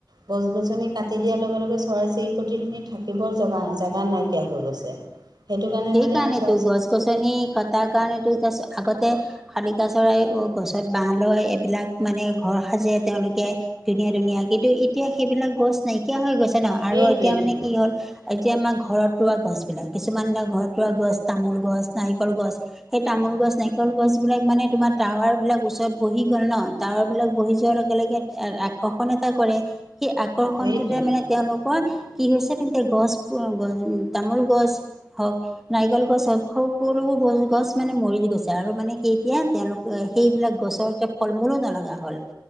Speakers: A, on the right (about 70°); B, in the centre.
A: গছ-গছনি কাটি দিয়াৰ লগে- লগে চৰাই-চিৰিকটিখিনি থাকিবও জগা জেগা নাইকিয়া হৈ গৈছে। সেইটো কাৰণে
B: সেইকাৰণেতো
A: মানে চৰাই চিৰিকটি
B: গছ-গছনি কটাৰ কাৰনেটো এতিয়া আগতে শালিকা চৰাই অ, গছত বাঁহ লয় এইবিলাক মানে ঘৰ সাজে তেওঁলোকে ধুনীয়া- ধুনীয়া কিন্তু এতিয়া সেইবিলাক গছ নাইকিয়া হৈ গৈছে ন'আৰু
A: সেইটোৱেইটো
B: এতিয়া মানে কি হ'ল এতিয়া আমাৰ ঘৰত ৰোৱা গছ বিলাক কিছুমান ঘৰত ৰোৱা গছ তামোল গছ, নাৰিকল গছ সেই তামোল গছ, নাৰিকল গছ বিলাক মানে তোমাৰ টাৱাৰবিলাক ওচৰত বহি গ'ল ন' টাৱাৰ বিলাক বহি যোৱাৰ লগে- লগে এ আকৰ্ষণ এটা কৰে সেই আকৰ্ষণটোতে
A: সেইটোৱে,
B: মানে তেওঁলোকৰ কি হৈছে তেতিয়া গছ <unintelligible> তামোল গছ হওক নাৰিকল গছ হওক সকলোবোৰ গছ- গছ মানে মৰি গছে আৰু মানে কি এতিয়া তেওঁলোক সেইবিলাক গছৰ এতিয়া ফলমূলো নলগা হ'ল